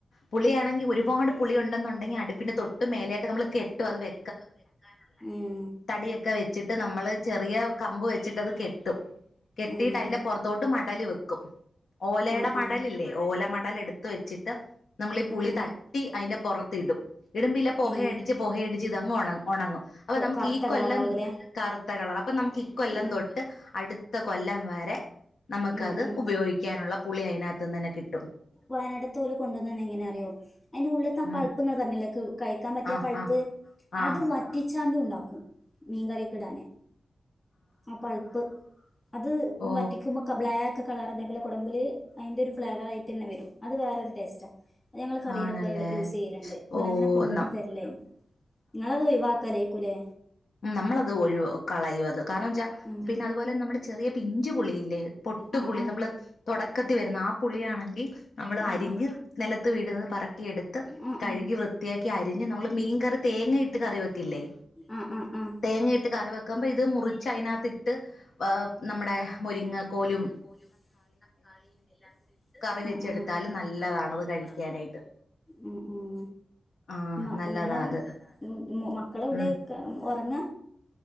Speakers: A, on the left; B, on the left.
A: പുളിയാണെങ്കിൽ ഒരുപാട് പുളി ഉണ്ടെന്നുണ്ടെങ്കിൽ അടുപ്പിന്റെ തൊട്ട് മേലായിട്ട് നമ്മൾ കെട്ടും അത് വേ
B: ഉം ഒതുക്കാനുണ്ട് ഏഹ്
A: തടിയൊക്കെ വെച്ചിട്ട് നമ്മള് ചെറിയ കമ്പ് വെച്ചിട്ടത് കെട്ടും കെട്ടീട്ട്
B: ഉം
A: അയിന്റെ പൊറത്തോട്ട് മടൽ വെക്കും ഓലയുടെ
B: ഉം ആഹ് ആഹ്
A: മടലില്ലേ ഓല മടല് ട് ത്ത് വെച്ചിട്ട് നമ്മളീ പുളി
B: ആഹ് ആഹ് ആഹ്
A: തട്ടി അയിന്റെ പൊറത്ത് ഇടും ഇടുമ്പില്ല പൊഹയടിച്ച്
B: ഏഹ്
A: പൊഹയടിച്ച് ഇതങ്ങ് ഒണങ്ങ് ഒണങ്ങും അപ്പൊ നമുക്ക്
B: കറുത്ത
A: ഈ കൊല്ലം
B: കളറാവൂലേ
A: കറുത്ത കളർ അപ്പൊ നമുക്ക് ഈ കൊല്ലം
B: ഉം
A: തൊട്ട് അടു ത്ത കൊല്ലം വരെ നമുക്കത്
B: ഉം ഉം
A: ഉപയോഗിക്കാനുള്ള പുളി അതിനകത്തു ന്ന് തന്നെ കിട്ടും
B: വയനാട്ട്ത്തോല് കൊണ്ടുവന്നന്നെ എങ്ങനെ അറിയോ അയിന്റെ ഉള്ള്ത്തആ
A: ഉം
B: പൾപ്പ് ങ്ങള്പറഞ്ഞില്ല ക്ക് കഴിക്കാൻ പറ്റിയ
A: ആ
B: പൾപ്പ്
A: ആ ആ
B: അത് വറ്റിച്ചാണ്ട് ണ്ടാക്കും മീൻകറീക്ക്ടാന് ആ പൾപ്പ് അത്
A: ഓ
B: വറ്റിക്കുമ്പ ബ്ലാക്ക് കളർ ഇതെ പോലെ കുടമ്പില് അയിന്റെ ഒരു ഫ്ലവർആയിട്ടെന്നെ വരും അത് വേറൊരു ടേസ്റ്റാ അത് ഞങ്ങള് കറീലൊക്കെ
A: ആണല്ലേ
B: യൂസ് യ്യലണ്ട് ഓലങ്ങനെ
A: ഓ
B: കൊണ്ടോന്ന്
A: നം
B: തരിലേന് ഇങ്ങളത് ഒഴിവാക്ക ലേക്കൂലേ
A: ഉം നമ്മളത് ഒഴിവ കളയു അത് കാരണം വെച്ചാ
B: ഉം
A: പിന്നെ അതുപോലെ നമ്മള് ചെറിയ പിഞ്ച് പുളിയില്ലേ പൊട്ടു
B: ആഹ്
A: പുളി
B: ആഹ്
A: നമ്മള് തൊടക്കത്തി വരുന്ന ആ പുളിയാണെങ്കി നമ്മള്
B: ആഹ്
A: അരിഞ്ഞ്
B: ആഹ്
A: നിലത്ത് വീഴുന്നത് പറക്കിയെടുത്ത്
B: ആഹ്
A: കഴുകി
B: ആഹ്
A: വൃത്തിയാക്കി അരിഞ്ഞ് നമ്മള് മീൻ കറി തേങ്ങയിട്ട് കറി വെക്കില്ലേ
B: ആഹ് ആഹ് ആഹ്
A: തേങ്ങയിട്ട് കറി വെക്കുമ്പ ഇത് മുറിച്ച് അയിനകത്തി ട്ട് നമ്മുടെ മുരിങ്ങ കോലും
B: ങ്ങാക്കോലും തക്കാളിം എല്ലാം കൂടി ഇട്ട് ആ
A: കറി
B: <unintelligible>
A: വെച്ചെടുത്താല് നല്ലതാണത്
B: ടുത്താലും
A: കഴിക്കാനായിട്ട്
B: നല്ലതാണ് ഉം ഉം
A: ആഹ്
B: മ്മ
A: നല്ലതാ
B: ങ്ങളെ
A: അത്
B: മ് മ് മക്കളവിടെ
A: ഉം
B: ക്കെ ഒറങ്ങാ